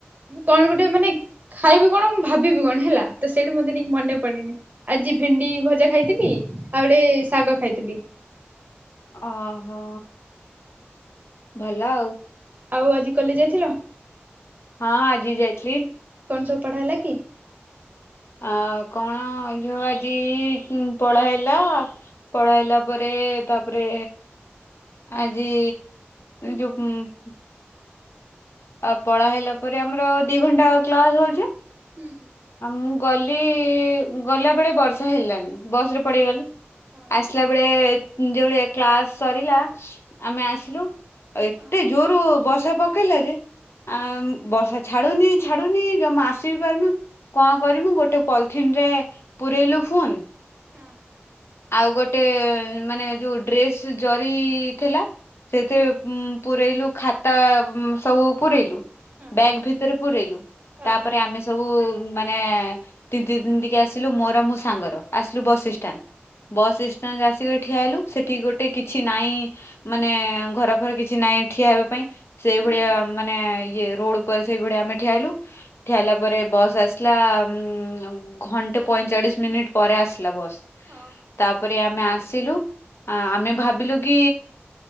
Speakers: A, on the right; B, on the left.
A: ମୁଁ କଣ ଗୋଟେ ମାନେ ଖାଇବି କଣ ମୁଁ ଭାବିବି କଣ ହେଲା ତ ସେଇଠୁ ମତେ ଟିକେ ମନେ ପଡନି ଆଜି ଭେଣ୍ଡି ଭଜା ଖାଇଥିଲି ଆଉ ଗୋଟେ ଶାଗ ଖାଇଥିଲି।
B: ଓହୋ ଭଲ ଆଉ।
A: ଆଉ ଆଜି କଲେଜ ଯାଇଥିଲ?
B: ହଁ ଆଜି ଯାଇଥିଲି।
A: କଣ ସବୁ ପଢା ହେଲା କି?
B: ଆ କଣ ଝୋଉ ଆଜି ପଢା ହେଲା ପଢ଼ାହେଲା ପରେ ତାପରେ ଆଜି ଯୋଉ
A: <inaudible>
B: ଆ ପଳା ହେଲା ପରେ ଆମର ଦି ଘଣ୍ଟା କ୍ଲାସ ହେଉଚି।
A: ହୁଁ।
B: ଆ ମୁଁ ଗଲି ଗଲାବେଳେବର୍ଷା ହେଲାନି। ବସ ରେ ପଡେଇଗଲି
A: ହଁ ହଁ
B: ଆସିଲା ବେଳେ ଯୋଉଭଳିଆ କ୍ଲାସ ସରିଲା। ଆମେ ଆସିଲୁ ଆଉ ଏତେ
A: ହଁ
B: ଜୋରୁ ବର୍ଷା ପକେଇଲା ଯେ ଆ ବର୍ଷା ଛାଡୁନି ଛାଡୁନି ଜମା ଆସି ବି ପାରୁନୁ। କଣ କରିମୁ ଗୋଟେ ପଲିଥିନରେ ପୁରେଇଲୁ ଫୁନ୍।
A: ହଁ।
B: ଆଉ ଗୋଟେ ମାନେ ଯୋଉ ଡ୍ରେସ୍ ଜରି ଥିଲା। ସେଥିରେ
A: ହଁ
B: ପୁରେଇଲୁ ଖାତା ସବୁ ପୁରେଇଲୁ।
A: ହଁ
B: ବ୍ୟାଗ ଭିତରେ ପୁରେଇଲୁ
A: ହଁ
B: ତାପରେ
A: ହଁ
B: ଆମେ ସବୁ ମାନେ ତିନ୍ତି ତିନ୍ତି କି ଆସିଲୁ ମୋର ଆଉ ମୋ ସାଙ୍ଗର ଆସିଲୁ ବସଷ୍ଟାଣ୍ଡ।
A: ଆଚ୍ଛା
B: ବସ୍ ଷ୍ଟାଣ୍ଡରେ ଆସିକି ଠିଆ ହେଲୁ। ସେଠି ଗୋଟେ କିଛି ନାଇଁ ମାନେ ଘର ଫର କିଛି ନାଇଁ ଠିଆ ହେବା ପାଇଁ। ସେଇ
A: ହଁ
B: ଭଳିଆ
A: ହୁଁ
B: ମାନେ ଇ ରୋଡ ଉପରେ ସେଇଭଳିଆ ଆମେ ଠିଆହେଲୁ ଠିଆଇଲା ପରେ ବସ ଆସିଲା ଉ ଘ ପଇଁଚାଳିଶ ମିନିଟ୍ ପରେ ଆସିଲା। ବସ୍
A: ହଁ
B: ତାପରେ ଆମେ ଆସିଲୁ। ଆ ଆମେ ଭାବିଲୁ କି